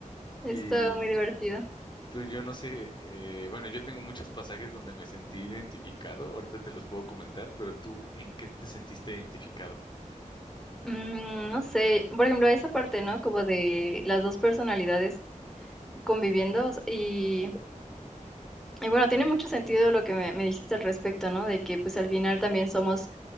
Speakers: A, in the centre; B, on the left (about 35°).
A: Estaba
B: Y
A: muy divertido.
B: tú, yo no sé, eh, bueno, yo tengo muchos pasajes donde me sentí identificado, ahorita te los puedo comentar, pero tú, ¿en qué te sentiste identificado?
A: Mm, no sé, por ejemplo, esa parte, ¿no? Como de las dos personalidades conviviendo. o sea, Y, y bueno, tiene mucho sentido lo que me, me dijiste al respecto, ¿no? De que pues al final también somos